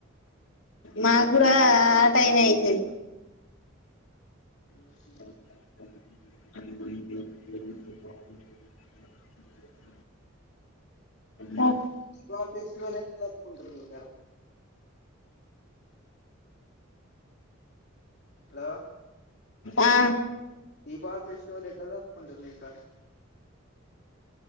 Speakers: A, on the left; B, on the left.
A: మాకు కూడా ఆ టైమే అయితది
B: ఉమ్ హు
A: <inaudible> ఆ
B: <unintelligible> ఫెస్టివల్ ఎట్ల జరుపుకుంటారు మీ కాడ హలో
A: ఆ
B: దీపావళి ఫెస్టివల్ ఎట్లా జరుపుకుంటారు మీ కాడ